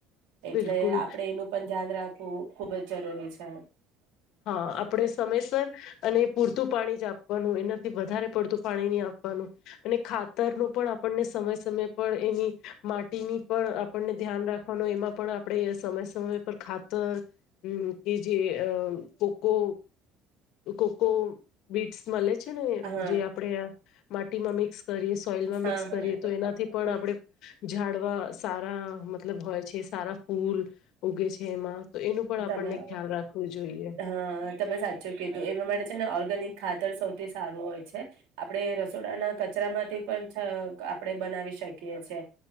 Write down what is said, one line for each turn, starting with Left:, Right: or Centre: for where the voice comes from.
Right: એટલે
Left: બિલકુલ
Right: આપડે એનું પણ ધ્યાન રાખવું ખુબ જ જરૂરી છે,
Left: હા આપણે સમયસર અને પૂરતું પાણી જ આપવાનું એનાથી વધારે પડતું પાણી નહી આપવાનું, અને ખાતર નું પણ આપણને સમય સમય પણ એની માટીની પણ આપણને ધ્યાન રાખવાનું એમાં પણ આપણે સમય સમય ખાતર કે જે અ કોકો કોકો બીટ્સ મળે છે, ને
Right: હા
Left: જે આપડે માટીમાં મિક્સ કરીએ સોઈલમાં
Right: હા
Left: મિક્સ
Right: હા
Left: કરીએ, તો એનાથી પણ
Right: હમ
Left: આપણે ઝાડ અવા સારા મતલબ હોય છે, સારા ફૂલ ઉગે છે એમાં તો એનું પણ આપણને
Right: તમે
Left: ખ્યાલ રાખવું જોઈએ.
Right: હા તમે સાચો કીધું એમાં માટે છે ને ઓર્ગેનિક ખાતર સૌથી સારું હોય છે, આપડણે રસોડાના કચ છરામાંથી પણ આપણે બનાવી શકીએ છીએ,